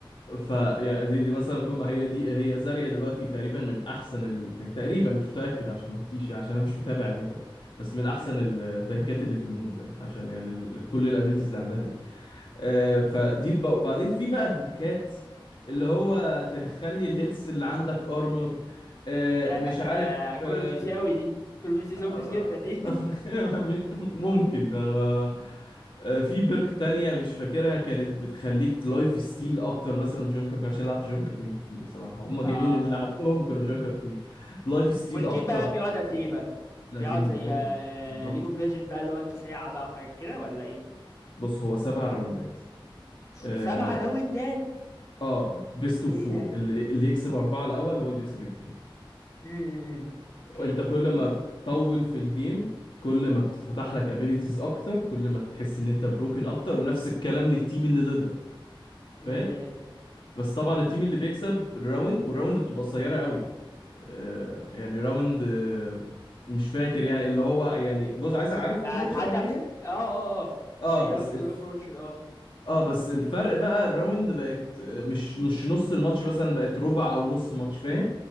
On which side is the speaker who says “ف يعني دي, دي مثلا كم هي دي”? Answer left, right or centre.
Left